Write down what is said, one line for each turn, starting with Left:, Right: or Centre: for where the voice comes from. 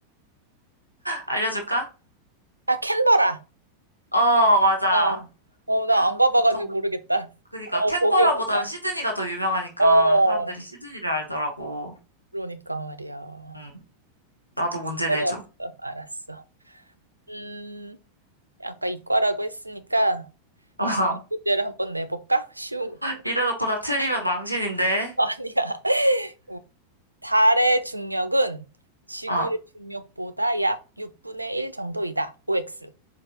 Left: 알려줄까?
Right: 아, 캔버라.
Left: 어, 맞아.
Right: 나, 어, 나 안 가봐가지고
Left: 보통
Right: 모르겠다.
Left: 그러니까
Right: 어,
Left: 캔버라보다는
Right: 거기였구나.
Left: 시드니가 더 유명하니까
Right: 어,
Left: 사람들이 시드니를 알더라고.
Right: 그러니까 말이야.
Left: 응, 나도 문제
Right: 어려웠어.
Left: 내줘.
Right: 알았어. 음, 아까 이과라고 했으니까
Left: <laughs>
Right: 과학 문제를 한번 내볼까? 쉬운 거
Left: 이래놓고 나 틀리면 망신인데.
Right: <laughs> 아니야. 어, 달의 중력은 지구의
Left: 아,
Right: 중력보다 약 6분의 1 정도이다. OX.